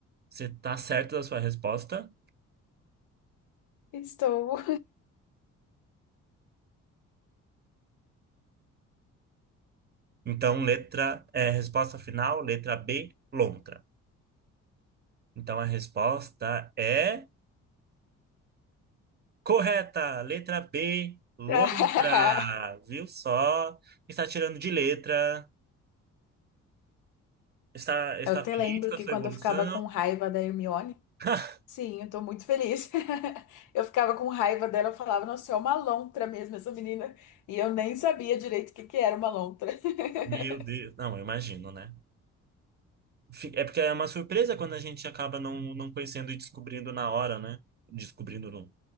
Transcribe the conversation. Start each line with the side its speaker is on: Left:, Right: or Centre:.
Right: Você tá certo da sua resposta?
Left: Estou.
Right: Então, letra é resposta final, letra B, lontra. Então, a resposta é correta, letra B, lontra.
Left: <laughs>
Right: Viu só? Está tirando de letra. Está, está
Left: Eu até
Right: feliz
Left: lembro
Right: com
Left: que
Right: a sua
Left: quando
Right: evolução?
Left: eu ficava com raiva da Hermione,
Right: <laughs>
Left: Sim, eu tô muito feliz. <laughs> Eu ficava com raiva dela, eu falava, nossa, é uma lontra mesmo essa menina. E eu nem sabia direito o que que era uma lontra. <laughs>
Right: Meu Deus, não, eu imagino, né? fi- É porque é uma surpresa quando a gente acaba não, não conhecendo e descobrindo na hora, né? Descobrindo não.